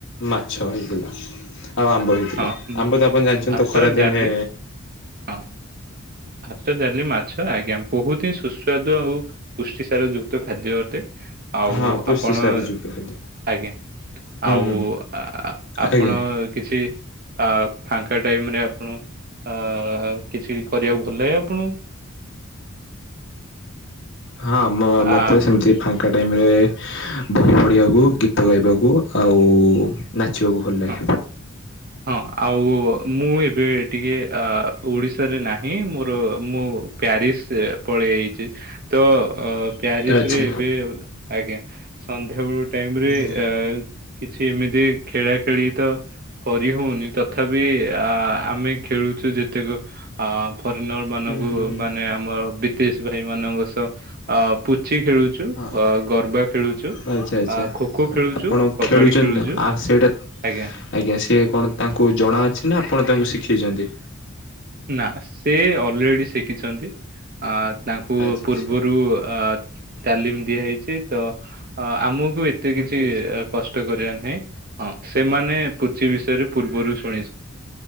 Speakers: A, on the left; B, on the right.
A: ମାଛ ହେଇଗଲା ଆଉ ଆମ୍ବ ଥିଲା
B: ହଁ ଉଁ,
A: ଆମ୍ବ ତ ଆପଣ ଜାଣିଛନ୍ତି
B: ଭାତ
A: ତ ଖରା
B: ଡାଲି
A: ଦିନେ
B: ହଁ ହାତ ଦେଲି ମାଛ ଆଜ୍ଞା ବହୁତ ହିଁ ସୁସ୍ୱାଦୁ ଆଉ ପୁଷ୍ଟି ସାର ଯୁ ତ ଖାଦ୍ୟ ଅଟେ ଆଉ
A: ହଁ ପୁଷ୍ଟି
B: ଆପଣ
A: ସାର ଯୁକ୍ତ ଖାଦ୍ୟ।
B: ଆଜ୍ଞା
A: ହୁଁ
B: ଆଉ
A: ହୁଁ
B: ଆ
A: ଆଜ୍ଞା।
B: ଆପଣ କିଛି ଆ ଫାଙ୍କା ଟାଇମରେ ଆପଣ ଅ କିଛି କରିବାକୁ ଭଲ ଲାଗେ ଆପଣଙ୍କୁ?
A: ହଁ ମ ମତେ
B: ଆ
A: ସେମିତି ଫା ଏକାଡ଼େମୀରେ ବହି ପଢ଼ିବାକୁ ଗୀତ ଗାଇବାକୁ ଆଉ ନାଚିବାକୁ ଭଲ ଲାଗେ।
B: ହଁ। ହଁ ଆଉ ମୁଁ ଏବେ ଟିକେ ଓଡ଼ିଶାରେ ନାହିଁ ମୋର ମୁଁ ପ୍ୟାରିସ ପଳେଇଆଇଛି ତ ପ୍ୟାରିସ
A: ଆଚ୍ଛା।
B: ରେ ଏବେ ଆଜ୍ଞା ସନ୍ଧ୍ୟାବେଳ ଟାଇମରେ
A: ହଁ ହୁଁ
B: କିଛି ଏମିତି ଖେଳା ଖେଳି ତ କରି ହଉନି ତଥାପି ଆ ଆମେ ଖେଳୁଛୁ ଯେତେକ ଆ ଫରେନର ମାନଙ୍କୁ
A: ହୁଁ ହୁଁ
B: ମାନେ ଆମର ବିଦେଶ ଭାଇ ମାନଙ୍କ ସହ ଅ ପୁଚି ଖେଳୁଛୁ
A: ହଁ
B: ଅ ଗରବା ଖେଳୁଛୁ
A: ଆଚ୍ଛା ଆଚ୍ଛା।
B: ଆ ଖୋ ଖୋ ଖେଳୁଛୁ
A: ଆପଣ
B: କବାଡି
A: ଖେଳୁଛନ୍ତି
B: ଖେଳୁଛୁ
A: ନା ଆ ସେଇଟା?
B: ଆଜ୍ଞା।
A: ଆଜ୍ଞା ସିଏ କଣ ତାଙ୍କୁ ଜଣାଅଛି ନା ଆପଣ ତାଙ୍କୁ ଶିଖାଇଛନ୍ତି।
B: ନା ସେ ଅଲରେଡି ଶିଖିଛନ୍ତି ଅ ତାଙ୍କୁ
A: ଆଚ୍ଛା
B: ପୂର୍ବରୁ
A: ଆଚ୍ଛା
B: ଅ ତାଲିମ ଦିଆ ହେଇଛି ତ ଆମକୁ ଏ ଏତେ କିଛି
A: ଆଚ୍ଛା।
B: କଷ୍ଟ କରିବା ନାହିଁ ହଁ ସେମାନେ ପୁଚି ବିଷୟରେ ପୂର୍ବରୁ ଶୁଣି